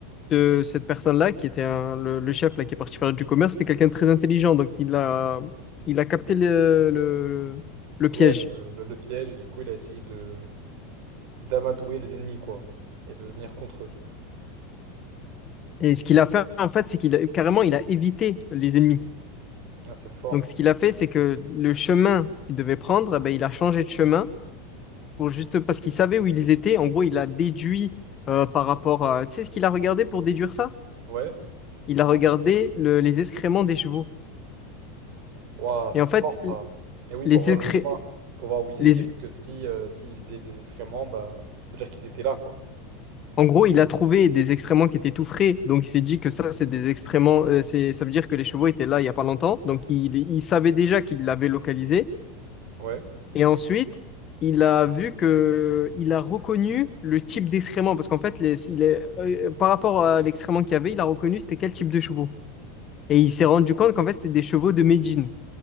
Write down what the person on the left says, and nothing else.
de cette personne-là qui était un- le, le chef là qui est parti faire du commerce, c'était quelqu'un de très intelligent donc il a il a capté le, le le piège.
Et ce qu'il a fait, en fait, c'est qu'il a, carrément, il a évité les ennemis.
Donc, ce qu'il a fait, c'est que le chemin qu'il devait prendre, eh ben, il a changé de chemin pour juste parce qu'il savait où ils étaient. En gros, il a déduit euh, par rapport à. Tu sais ce qu'il a regardé pour déduire ça?
Il a regardé le- les excréments des chevaux.
Et en
fait,
les
excré...
les...
en gros, il a trouvé des excréments qui étaient tout frais. Donc, il s'est dit que ça, c'est des excréments. euh, c'est... Ça veut dire que les chevaux étaient là il n'y a pas longtemps. Donc, il, il savait déjà qu'il l'avait localisé.
Et ensuite, il a vu que il a reconnu le type d'excrément parce qu'en fait, les- il est, euh, par rapport à l'excrément qu'il y avait, il a reconnu c'était quel type de chevaux. Et il s'est rendu compte qu'en fait, c'était des chevaux de Médine.